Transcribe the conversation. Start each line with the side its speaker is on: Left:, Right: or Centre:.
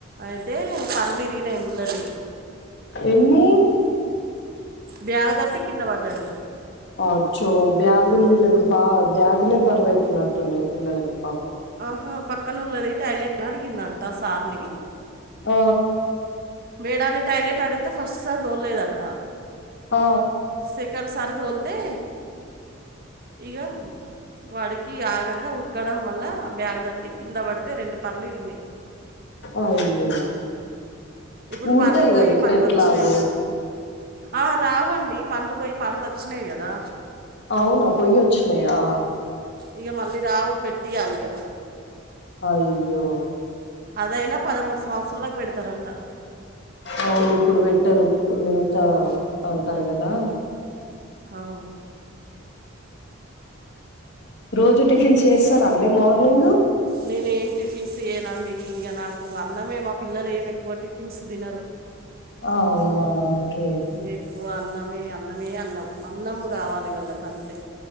Right: అయితే పళ్లు తరిగినయి ముందటి
Left: ఎన్ని?
Right: బ్యాగ్ దర్టి కింద పడ్డడు
Left: ఆచొ బ్యాగులు వీళ్ళకి బా బ్యాగులే బరువైతున్నట్టున్నయి పిల్లలకి పాపం.
Right: ఆహ పక్కన ఉన్నది టాయిలెట్ అడిగిందంట సార్ని.
Left: ఆ
Right: మేడన్ని టాయిలెట్ అడుగుతే ఫస్ట్ సారీ దోలలేదంట
Left: ఆ
Right: సెకండ్ సారి దోల్తే ఇగ వాడికి ఆగ క ఉరకడం వల్ల బ్యాగ్ తట్టి కింద పడితే రెండు పళ్ళు ఇరిగినయి.
Left: అయ్యో
Right: ఇప్పుడు
Left: ఊడతాయి
Right: పళ్ళుపోయి
Left: కదా ఇప్పుడు
Right: పల్లోచ్చినయ్
Left: ఎట్లాగో
Right: ఇగ ఆ రావండి పళ్ళు పోయి పళ్ళు వచ్చినయ్ కదా
Left: అవునా పొయ్యి వచ్చినయా
Right: ఇగ మళ్ళీ రావు పెట్టియాలి ఇగ
Left: అయ్యో
Right: అదైనా పదమూడు సంవత్సరాలకు పెడతరంట
Left: అవును ఇప్పుడు పెట్టరు <unintelligible>
Right: హ్మ్.
Left: అంటారు కదా
Right: అహా
Left: రోజు టిఫిన్స్ చేస్తారా
Right: స్
Left: అండి మార్నింగ్
Right: నేను ఏం టిఫిన్స్ ఇయనండి ఇగ నాకు అన్నమే మా పిల్లలు ఏం ఎక్కువ టిఫిన్స్ తినరు
Left: అవునా ఓకే
Right: మీకు అన్నమే అన్నమే అన్నం అన్నం గావాలి వాళ్ళకంతే